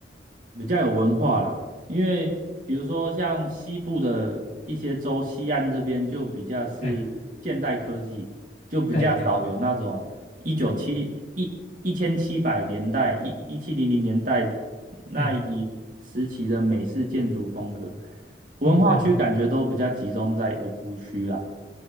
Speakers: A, on the right; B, on the left.
A: 比较有文化啦。因为比如说像西部的一些州，西岸这边就比较是现代科技，
B: 对
A: 就比较少有那种一九七一一千七百年代一一七零零年代
B: 对，哎
A: 那一时期的美式建筑风格，
B: 对，
A: 文化区感觉都比较集中在五湖区啦。
B: 嗯嗯嗯。